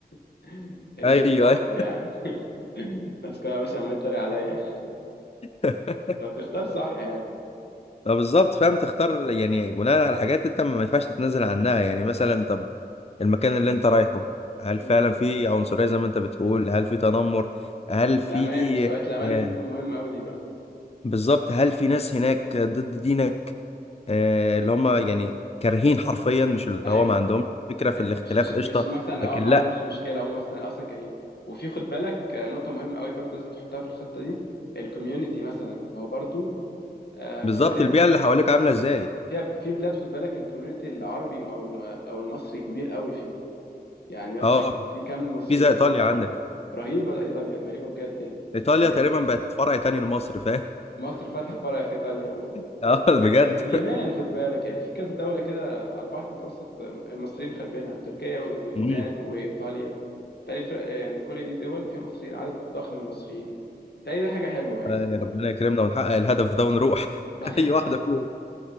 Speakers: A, on the left; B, on the left.
A: <laughs> هندي
B: ايوه
A: في مصر
B: ايوه
A: يعني <laughs> الناس كلها ماشيه عماله تتريق عليا
B: <laughs>
A: فبتختار صح يعني
B: ما بالظبط فاهم تختار يعني بناء على حاجات انت ما ينفعش تتنازل عنها يعني مثلا طب المكان اللي انت رايحه هل
A: مم.
B: فعلا في عنصرية زي ما انت بتقول هل في تنمر هل في
A: الامان مستويات الامان
B: آه
A: لازم تكون مهمه قوي دي بقى
B: بالظبط هل في ناس هناك ضد دينك آه اللي هم يعني كارهين حرفيا مش اللي
A: ايوه
B: هو ما
A: ايوه
B: عندهم فكرة في
A: ايوه
B: الاختلاف
A: مش مش مش
B: قشطة
A: مثلا
B: لكن
A: اه ما
B: لا
A: عندهمش مشكله هم بس اصلا كارهين وفي خد بالك آه، نقطه مهمه قوي برضو لازم تحطها في الخطه دي الكوميونتي مثلا هو برضو آه،
B: بالظبط
A: في بلاد
B: البيئة اللي حواليك عاملة ازاي
A: فيها- في بلاد خد بالك الكوميونتي العربي او الم- او المصري كبير قوي فيها يعني مثلا
B: اه
A: في كم مصريين
B: في زي
A: في
B: ايطاليا
A: الدولة
B: عندك
A: رهيبة إيطاليا رهيبة بجد يعني
B: ايطاليا تقريبا بقت فرع تاني لمصر فاهم
A: مصر فاتحة فرع في إيطاليا وحاجة
B: <laughs> اه بجد
A: رهيبة. واليونان خد بالك يعني في كذا دولة كده على البحر المتوسط المصريين خاربينها تركيا واليونان
B: مم.
A: وإيطاليا تالي الفرق يعني كل دي دول فيها مصريين عدد ضخم من المصريين يعني تالي ده حاجة حلوة يعني
B: آه،
A: انت
B: ربنا يكرمنا ونحقق الهدف ده ونروح
A: <laughs>
B: <laughs> اي واحده فيهم